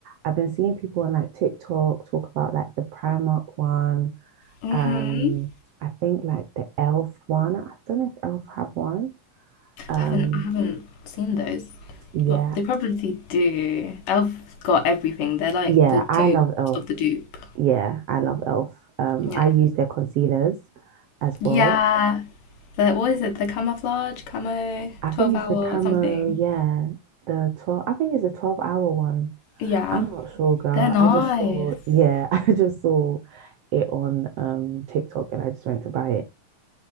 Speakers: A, on the right; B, on the left.
A: I've been seeing people on like TikTok talk about like the Primark one
B: Mhm.
A: Um, I think like the Elf one. I don't know if Elf have one. Um,
B: Haven't I haven't seen those,
A: yeah,
B: but they probably do. Elf's got everything. They're like
A: yeah,
B: the dupes
A: I love Elf.
B: of the dupe.
A: Yeah, I love Elf. Um,
B: Yeah.
A: I use their concealers as
B: Yeah.
A: well.
B: The what is it? The camouflage, camo,
A: I
B: 12
A: think
B: hour
A: it's the camo.
B: or something.
A: Yeah, the 12. I think it's the 12 hour one.
B: Yeah.
A: I'm not sure, girl.
B: They're nice.
A: I just saw, yeah,
B: <laughs>
A: <laughs> I just saw it on um TikTok and I just went to buy